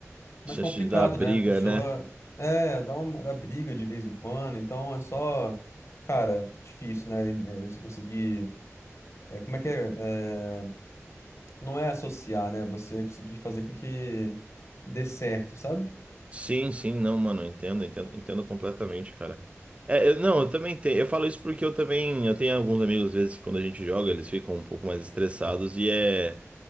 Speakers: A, on the left; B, on the right.
A: mais
B: Chance
A: complicado,
B: de dar briga,
A: né? A pessoa
B: né?
A: é, dá uma dá briga de vez em quando, então é só, cara, difícil, né? É, Você conseguir, é, como é que é? É, Não é associar, né? Você conseguir fazer com que dê certo, sabe?
B: Sim, sim, não, mano, eu entendo, entendo, entendo completamente, cara. É, eu- não, eu também tenho, eu falo isso porque eu também, eu tenho alguns amigos, às vezes, que quando a gente joga, eles ficam um pouco mais estressados e é,